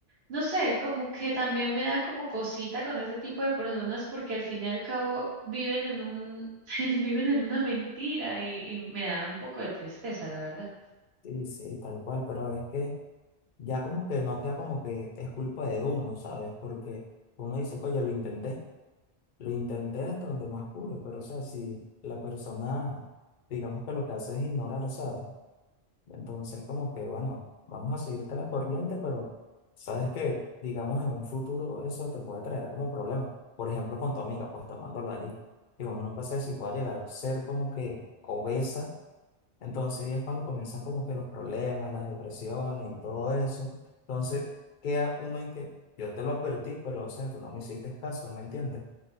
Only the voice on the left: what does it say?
Sí, sí, tal cual, pero es que ya como que no queda como que es culpa de uno, ¿sabes? Porque uno dice, oye, lo intenté, lo intenté hasta donde más pude, pero o sea, si la persona, digamos que lo que hace es ignorar, ¿sabes? Entonces como que, bueno, vamos a seguirte la corriente, pero sabes que, digamos, en un futuro eso te puede traer como problema. Por ejemplo, con tu amiga, pues tomándolo allí, que uno nunca sabe si puede llegar a ser como que obesa Entonces ahí es cuando comienzan como que los problemas, las depresiones y todo eso. Entonces queda uno en que yo te lo advertí, pero o sea, tú no me hiciste caso, ¿me entiendes?